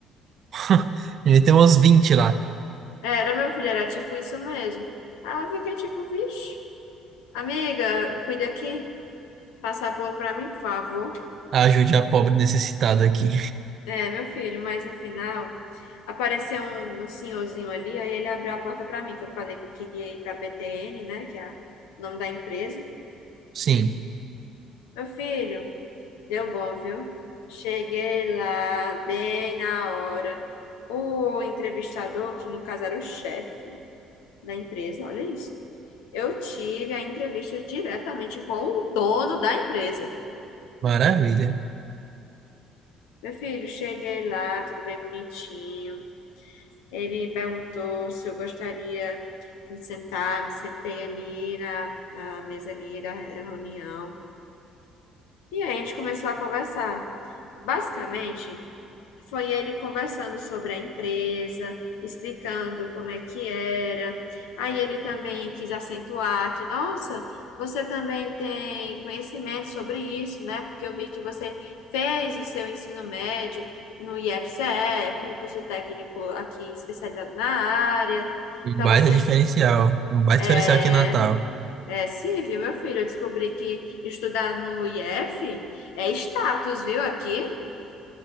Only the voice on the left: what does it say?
Era, meu filho, era tipo isso mesmo. Aí eu fiquei tipo, vixe, amiga, cuida aqui. Passa a boa pra mim, por favor.
É, meu filho, mas no final apareceu um, um senhorzinho ali, aí ele abriu a porta pra mim, que eu falei que eu queria ir pra BTN, né, que é a- o nome da empresa.
Meu filho, deu bom, viu? Cheguei lá bem na hora. O entrevistador, que no caso era o chefe da empresa, olha isso. Eu tive a entrevista diretamente com o dono da empresa.
Meu filho, cheguei lá, tudo bem bonitinho. Ele me perguntou se eu gostaria de me sentar, me sentei ali na, na mesa ali da reunião. E aí a gente começou a conversar. Basicamente, foi ele conversando sobre a empresa, explicando como é que era. Aí ele também quis acentuar que, nossa, você também tem conhecimento sobre isso, né? Porque eu vi que você fez o seu ensino médio no IFCE, com um curso técnico aqui especializado na área.
Então
você
é,
é sim, viu meu filho. Eu descobri que estudar no IF é status, viu? Aqui,